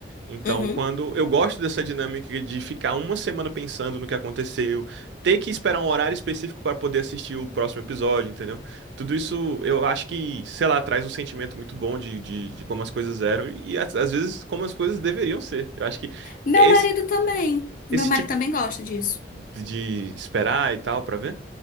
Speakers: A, on the right; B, on the left.
A: Então,
B: Uhum.
A: quando eu gosto dessa dinâmica de ficar uma semana pensando no que aconteceu, ter que esperar um horário específico para poder assistir o próximo episódio, entendeu? Tudo isso eu acho que, sei lá, traz um sentimento muito bom de, de, de como as coisas eram e às às vezes como as coisas deveriam ser. Eu acho que
B: Meu
A: esse,
B: marido também. Meu
A: esse
B: marido
A: tipo
B: também gosta disso.
A: de esperar e tal para ver.